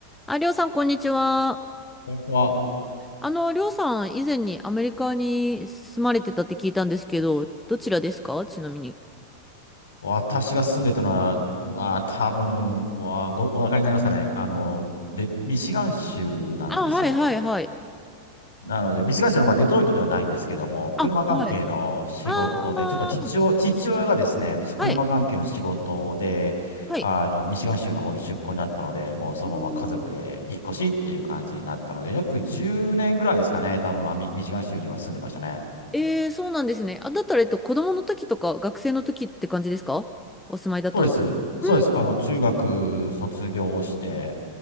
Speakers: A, in the centre; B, on the left.
A: あ、りょうさん、こんにちは。
B: ここは、
A: あの、りょうさん、以前にアメリカに住まれてたって聞いたんですけど、どちらですかちなみに。
B: 私が住んでたのは、まあ、多分はご、お分かりになりますかね。あの、で、ミシガン州なんですよ。
A: あ、はいはいはい。
B: なので、ミシガン州の、まあ、デトロイトではないんですけども、
A: あ、
B: 車関係の仕事で、
A: はい。あー、
B: ちょっと父親、父親がですね、
A: はい、
B: 車関係の仕事で、
A: はい。
B: あの、ミシガン州の方に出向になったので、もうそのまま家族で引っ越しっていう感じになったので、
A: うん
B: 約10年ぐらいですかね、多分、まあ、ミミシガン州には住んでましたね。
A: えー、そうなんですね。あ、だったら、えっと、子供の時とか学生の時って感じですかお住まいだったの。
B: そうです。
A: うん。
B: そうです。あの、中学卒業して